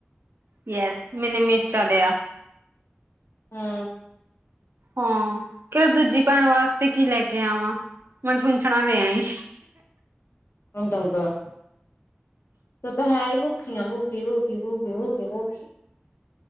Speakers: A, on the right (about 70°); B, on the left (about 75°).
A: ਯਸ ਮੈਨੇ ਮੇਚਾ ਲੇਆ।
B: ਹੂੰ।
A: ਹਾਂ ਕੈਂਦਾ ਦੂਜੀ ਭੈਨ ਵਾਸਤੇ ਕੀ ਲੈ ਕੇ ਆਵਾਂ ਮਹਾਂ ਛੁਨਛੁਨਾ ਲੇ ਆਈਂ।
B: <unintelligible> ਤੂੰ ਤਾਂ ਹੈ ਈ ਭੁੱਖੀ ਆਂ ਭੁੱਖੀ ਭੁ ਭੂਖੀ-ਭੂਖੀ-ਭੂਖੀ।